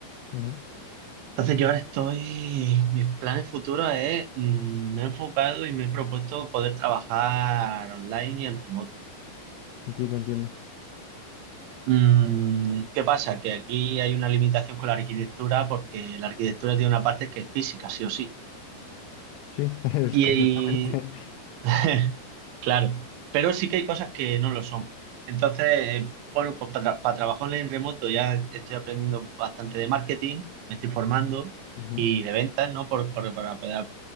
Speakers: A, on the left (about 85°); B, on the right (about 85°).
A: Ujú,
B: Entonces yo ahora estoy, mis planes futuros es, mm, me he enfocado y me he propuesto poder trabajar online y en remoto.
A: Entiendo, entiendo.
B: Mm, ¿qué pasa? Que aquí hay una limitación con la arquitectura porque la arquitectura tiene una parte que es física, sí o sí.
A: Sí, <laughs> es
B: Y,
A: completamente...
B: <laughs> Claro, pero sí que hay cosas que no lo son. Entonces, eh, bueno, pues para, para trabajar en remoto ya estoy aprendiendo bastante de marketing, me estoy formando
A: ujú.
B: y de ventas, ¿no? Por, por- para poder